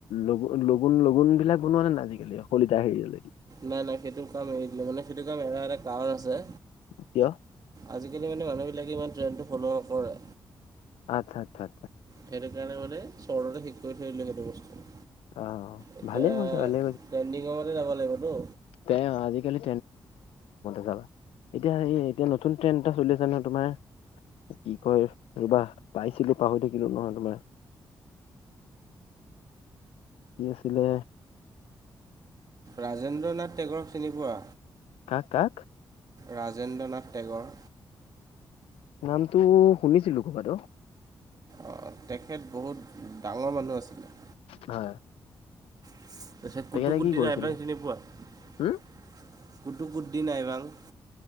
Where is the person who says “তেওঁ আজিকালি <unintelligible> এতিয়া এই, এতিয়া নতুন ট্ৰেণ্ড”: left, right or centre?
Left